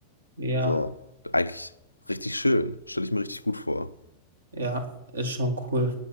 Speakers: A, on the right; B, on the left.
A: Ja,
B: So, eigentlich richtig schön. Stelle ich mir richtig gut vor.
A: ja, ist schon cool.